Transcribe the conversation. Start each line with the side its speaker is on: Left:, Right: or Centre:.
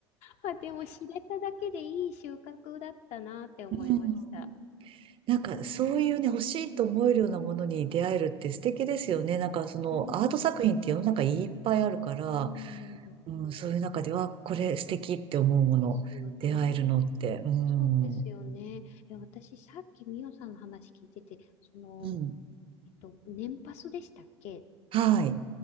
Left: あ、でも知れただけでいい収穫だったなって思いました。
Right: うん、なんかそういうね、欲しいと思えるようなものに出会えるって素敵ですよね。なんかそのアート作品って世の中いっぱいあるから、
Left: ねえ、うん、
Right: うん、そういう中では、これ素敵って思うもの、
Left: そうですよね。
Right: 出会えるのって、うん、
Left: そうですよね。
Right: う
Left: え、私、さっきみオさんの話聞いてて、その、
Right: ん、
Left: えっと、年パスでしたっけ
Right: はい。